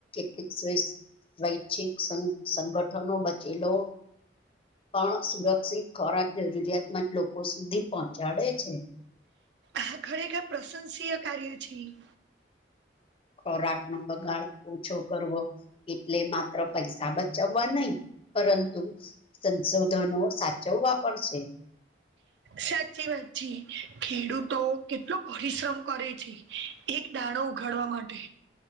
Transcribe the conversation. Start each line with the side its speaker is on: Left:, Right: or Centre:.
Left: કેક સ્વી સ્વેચ્છિક સંગ સંગઠનો બચેલો પણ સુરક્ષિત ખોરાક જરૂરિયાત મંદ લોકો સુધી પહોંચાડે છે.
Right: આ ખરેખર પ્રશંસીય કાર્ય છે ઈ.
Left: ખોરાકનો બગાડ ઓછો કરવો. એટલે માત્ર પૈસા બચાવવા નઈ પરંતુ સંશોધનો સાચવવા પડશે.
Right: સાચી વાત છે. ખેડૂતો કેટલો પરિશ્રમ કરે છે. એક દાણો ઉઘાડવા માટે.